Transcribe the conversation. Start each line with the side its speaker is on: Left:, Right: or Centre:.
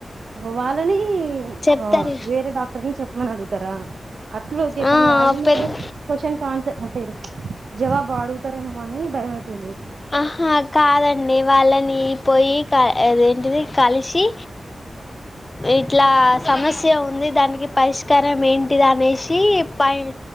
Right: వాళ్ళని
Left: చెప్తారు
Right: ఆ వేరే డాక్టర్ని చెప్పమని అడుగుతారా అట్లు ఓకే
Left: ఆ
Right: కానీ వాళ్లు
Left: పెద్ద
Right: క్వశ్చన్ కి ఆన్సర్ ఓకే జవాబు అడుగుతారేమో అని భయమయితుంది
Left: ఆహా కాదండి వాళ్ళని పోయి క అదేంటది కలిసి ఇట్లా సమస్య ఉంది దానికి పరిష్కారం ఏంటిది అనేసి ఆయన